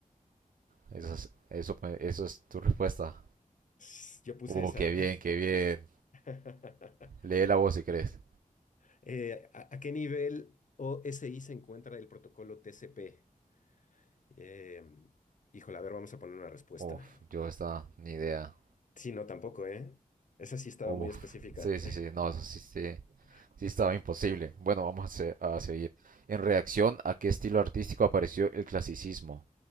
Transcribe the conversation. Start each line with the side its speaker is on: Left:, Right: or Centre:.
Right: Eso es, eso, eso es tu respuesta.
Left: S- Yo puse
Right: Uh,
Left: esa.
Right: qué bien, qué bien.
Left: <laughs>
Right: Lee la voz si crees.
Left: Eh, ¿a, a qué nivel OSI se encuentra el protocolo TCP? Em, híjole, a ver, vamos a poner una respuesta.
Right: Uf, yo esta, ni idea.
Left: Sí, no, tampoco, ¿eh? Esa sí estaba
Right: Uf,
Left: muy específica.
Right: sí, sí, sí, no, eso sí, sí,
Left: <laughs>
Right: sí estaba imposible. Bueno, vamos a, se- a seguir. En reacción, ¿a qué estilo artístico apareció el clasicismo?